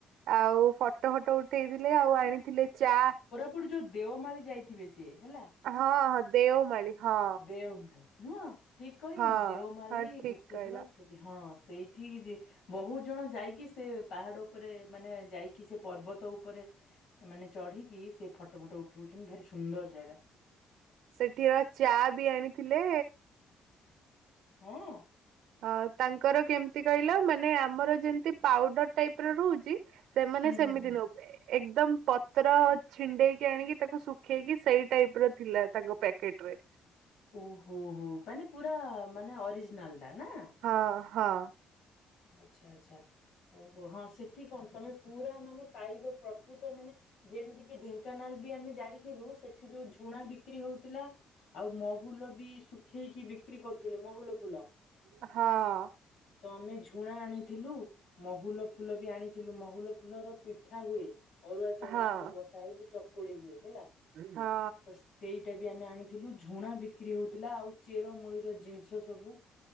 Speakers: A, on the right (about 80°); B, on the left (about 75°).
A: ଆଉ ଫଟୋ ଫଟୋ ଉଠେଇଥିଲେ ଆଉ ଆଣିଥିଲେ ଚା।
B: ସେପଟେ ଯୋଉ ଦେଓମାଳି ଯାଇଥିବେ ସିଏ ହେଲା।
A: ହଁ ହଁ ଦେଓମାଳି। ହଁ।
B: ଦେଓମାଳି ନୁହଁ ଠିକ କହିନି
A: ହଁ
B: ଦେଓମାଳି,
A: ହଁ ଠିକ
B: ଗୁପ୍ତେଶ୍ଵର
A: କହିଲ
B: ସେ ହଁ ସେଇଠି ଯେ ବହୁତ ଜଣ ଯାଇକି ସେ ପାହାଡ ଉପରେ ମାନେ ଯାଇକି ସେ ପର୍ବତ ଉପରେ ମାନେ ଚଢିକି ସେ ଫଟୋ ଫଟୋ ଉଠଉଚନ୍ତି ଭାରି ସୁନ୍ଦର ଜାଗା।
A: ସେଠିର ଚା ବି ଆଣିଥିଲେ।
B: ହଁ।
A: ହଁ ତାଙ୍କର କେମତି କହିଲ ମାନେ ଆମର ଯେମତି ପାଉଡର ଟାଇପ ର ରହୁଚି ସେମାନେ
B: ହୁଁ
A: ସେମିତି
B: ହୁଁ ହୁଁ
A: ନୁ ଏକଦମ୍ ପତ୍ର ଛିଣ୍ଡେଇକି ଆଣିକି ତାକୁ ଶୁଖେଇକି ସେଇ ଟାଇପ୍ ର ଥିଲା ତାଙ୍କ ପ୍ୟାକେଟ ରେ।
B: ଓହୋ ହୋ ମାନେ ପୁରା ମାନେ ଅରିଜିନାଲ ଟା ନା?
A: ହଁ ହଁ।
B: ଆଚ୍ଛା ଆଛା ଓହୋ ହଁ ସେଠି କଣ ତମେ ପୁରା ମାନେ ପାଇବ ପ୍ରକୃତ ମାନେ ଯେମିତି କିି ଢେଙ୍କାନାଳ ବି ଆମେ ଯାଇଥିଲୁ ସେଠି ଯୋଉ ଝୁଣା ବିକ୍ରି ହଉଥିଲା। ଆଉ ମହୁଲ ବି ଶୁଖେଇକି ବିକ୍ରି କରୁଥିଲେ ମହୁଲ ଫୁଲ।
A: ହଁ।
B: ତ ଆମେ ଝୁ ଛୁଣା ଆଣିଥିଲୁ ମହୁଲ ଫୁଲ ବି ଆଣିଥିଲୁ ମହୁଲ ଫୁଲର ପିଠା ହୁଏ। ଅରୁଆ ଚାଉଳ
A: ହଁ
B: ସହିତ ବଟା ହେଇକି ଚକୁଳି ହୁଏ ହେଲା।
A: ହଁ।
B: ତ ସେଇଟା ବି ଆମେ ଆଣିଥିଲୁ ଝୁଣା ବିକ୍ରି ହଉଥିଲା ଆଉ ଚେର ମୂଳିର ଜିନିଷ ସବୁ।